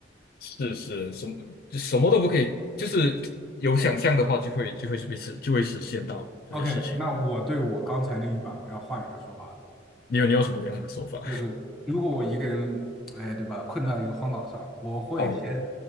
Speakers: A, on the left; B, in the centre.
A: 是是，什么就什么都不可以，就是有想象的话就会就会是被实就会实现到这些事情。
B: OK，那我对我刚才那一版我要换一个说法了。
A: 你有你有什么这样的说法？
B: 就是如果我一个人，哎，对吧，困在一个荒岛上，我会先
A: <laughs> 好，